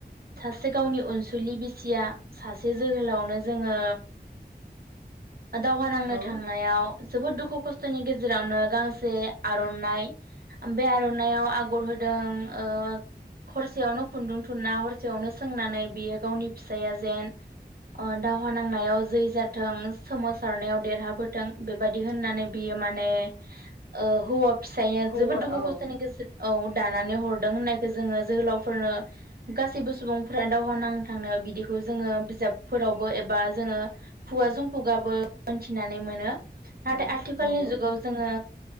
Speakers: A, on the right; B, on the right.
A: सासे गावनि अनसुलि बिसिया सासे जोहोलावनो जोङो दावहा नांनो
B: औ
A: थांनायाव जोबोद दुखु खस्थ खस्थ'नि गेजेरावनो गांसे आर'नाइ बे आर'नाइआव आगर दों ओ हरसेयावनो खुन्दुं थुनना हरसेयावनो सोंनानै बियो गावनि फिसाया अ दा हा नांनायाव जै जाथों सोमावसारनायाव देरहाबोथों बेबायदि दि होननानै बियो माने ओ हौवा फिसाया
B: हौवा
A: जोबोद दुखु
B: औ
A: खस्थ'नि गेजेर औ दानानै हरदों होननायखौ जोङो जोहोलावफोरनो गासैबो सुबुंफोरानो दावहा नां थांनायाव खौ जोङो बिजाबफोरावबो एबा जोङो
B: उम
A: खुगाजों खुगाबो मोनथिनानै मोनो नाथाय
B: औ
A: आथिखालनि
B: नंगौ
A: जुगाव जोङो